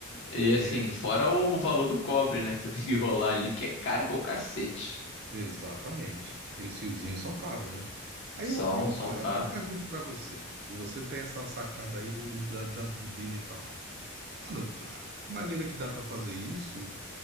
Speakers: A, on the left; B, on the right.
A: E assim,
B: É,
A: fora o valor do cobre, né? Que você <laughs> tem que rolar ali, que é caro igual cacete.
B: exatamente. Aqueles fiozinhos são caros, né? Aí
A: São,
B: eu, aí eu,
A: são
B: aí
A: caros.
B: eu pergunto pra você, que você tem essa sacada aí do, do- da- das bobinas e tal. Mano, a trabalheira que dá pra fazer isso,